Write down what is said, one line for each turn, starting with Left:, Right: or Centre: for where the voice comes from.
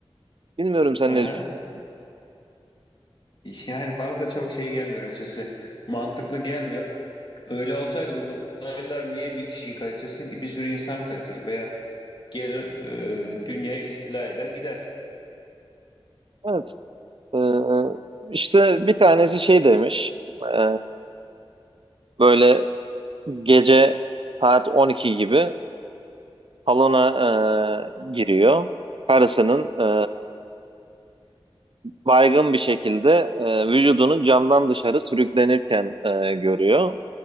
Right: Bilmiyorum sen
Left: hı
Right: ne
Left: hı.
Right: düşünüyorsun.
Left: Yani bana da çok şey gelmiyor açıkçası. Mantıklı gelmiyor. Öyle olsaydı uzaylılar niye bir kişiyi kaçırsın ki? Bir sürü insan kaçırır veya gelir e, dünyayı istila eder gider.
Right: Evet. e, işte bir tanesi şey demiş. e, böyle gece saat 12 gibi salona e, giriyor. Karısının e, baygın bir şekilde e, vücudunu camdan dışarı sürüklenirken e, görüyor.